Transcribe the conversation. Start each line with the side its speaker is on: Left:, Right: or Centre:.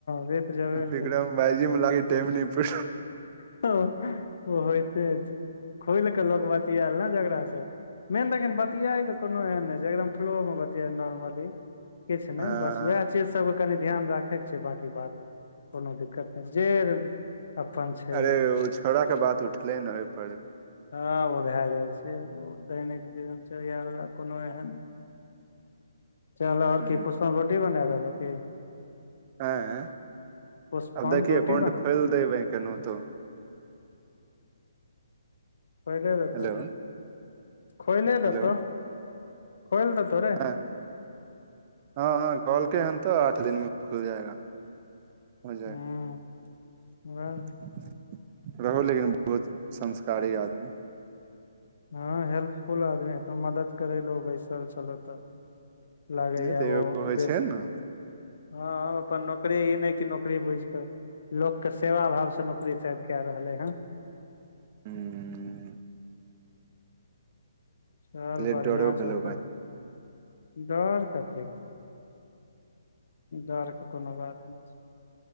Left: वोत जबै
Right: विक्रम भाईजी मे लागे टाइम न पर
Left: त ओ होते अछ खोल केऽ लोक बतियाल ने जकड़ास से मेन देख बतिया के कोनो एन फ्लो मे बतियाय निर्मली किछ ने
Right: हँ
Left: बस से सबके कनि ध्यान राखेके छै बकी बात कोनो दिक्कत नय जे अपन छै
Right: अरे ओ छौड़ा के बात उठलै ने ओहिप
Left: हँ ओ भए जाइ छै दैनिक नचर्यवला कोनो एहन चल और
Right: हूँ
Left: की पसन पुष्पा बॉडी बना रहलौ की
Right: हँ
Left: पुष्पम
Right: आब देख की
Left: रोटी
Right: एकाउंट
Left: बना
Right: खोल देबैं केनथो
Left: खोले देतौ
Right: हेलो
Left: कि खोयले
Right: हेलो
Left: देतौ खोइल देतौ रे
Right: हँ हँ कलके हन तऽ आठ दिन मे खुल जाएगा होजाए
Left: हूँ वैह
Right: <unintelligible> रहो लेकिन बहुत संस्कारी आदमी
Left: हँ हेल्पफुल आदमी हेतो मदद करैेलहो बैसल छलहो तऽ लागैएा
Right: नहि तऽ
Left: ओ
Right: एगो होइ
Left: बेस
Right: छै ने
Left: हँ अपन नौकरी ई नय कि नौकरी बुझिके लोकके सेवा भाव से न <unintelligible> कए रहले है
Right: हूँ
Left: चल
Right: पहिले
Left: बढ़िआं
Right: डरो
Left: छ
Right: भेलौ
Left: त
Right: भाय
Left: डर कथी डरके कोनो बात नय छै